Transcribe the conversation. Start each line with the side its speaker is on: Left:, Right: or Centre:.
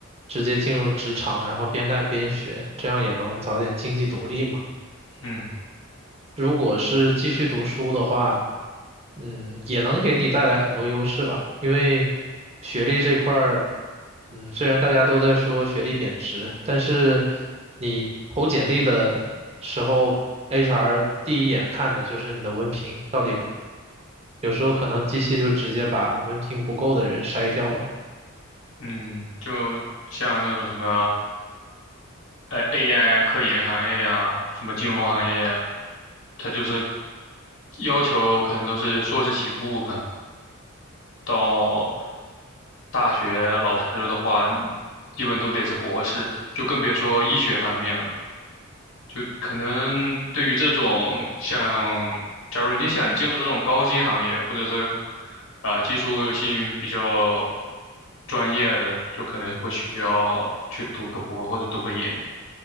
Right: 直接进入职场，然后边干边学，这样也能早点经济独立嘛。
Left: 嗯
Right: 如果是继续读书的话，嗯，也能给你带来很多优势吧。因为学历这块儿，嗯，虽然大家都在说学历贬值，但是你投简历的时候，HR 第一眼看的就是你的文凭，到有时候可能机器就直接把文凭不够的人筛掉了。
Left: 嗯，就像那种什么，呃，AI 啊，科研行业呀、什么金融行业呀、它就是要求可能都是硕士起步吧。到大学老师的话，你基本都得是博士，就更别说医学方面了。就可能对于这种像，假如你想进入这种高薪行业，或者是啊、技术性比较专业的，就可能会需要去读个博或者读个研。